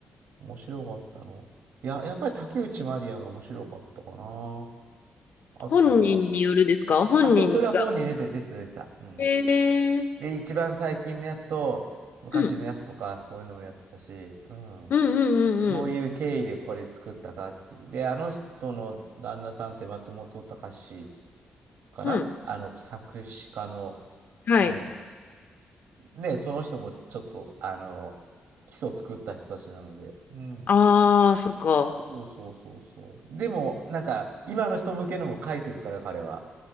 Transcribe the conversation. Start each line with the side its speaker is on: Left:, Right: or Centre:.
Right: 面白かったの。いや、やっぱり竹内まりやが面白かったかな。あとは、
Left: 本人によるですか本人が。
Right: あ、そう、それは本に出て、出てた、出てた。うん。
Left: へえ。う
Right: で、一番最近のやつと、昔のやつとか、
Left: ん。
Right: そういうのもやってたし、うん。
Left: うんう
Right: どういう経緯でこれ作ったかっていう。
Left: んうん
Right: で、あの人の旦那さんって松本隆かなあの、
Left: うん。うん。
Right: 作詞家の、
Left: はい。
Right: うん。ね、その人もちょっと、あの、基礎作った人たちなので、うん。
Left: ああ、そっか。
Right: そうそうそうそう。でも、なんか、今の人向けのも書いてるから、彼は。